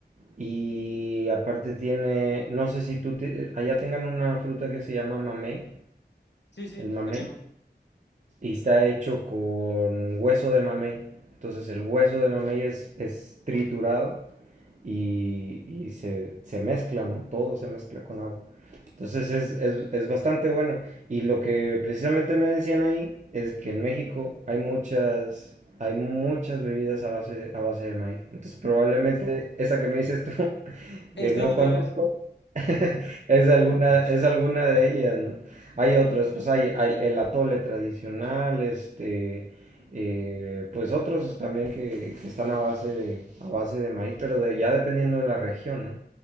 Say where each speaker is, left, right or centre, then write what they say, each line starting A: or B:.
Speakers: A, on the right (about 45°); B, on the left (about 80°).
A: Y aparte tiene, no sé si tú te- allá tengan una fruta que se llama mamey,
B: Sí, sí,
A: el mamey.
B: tenemos.
A: y está hecho con hueso de mamey. Entonces el hueso de mamey es, es triturado y, y se, se mezcla, ¿no? Todo se mezcla con agua. Entonces es, es, es bastante bueno. Y lo que precisamente me decían ahí es que en México hay muchas, hay muchas bebidas a base, a base de maíz. Entonces probablemente esa que me dices tú, <laughs>
B: Está
A: que no
B: en una
A: conozco,
B: versión.
A: <laughs> Es alguna, es alguna de ellas, ¿no? Hay otras, pues hay, hay el el atole tradicional, este,
B: Ujú.
A: eh, pues otros también que, que están a base de, a base de maíz, pero de, ya dependiendo de la región, ¿no?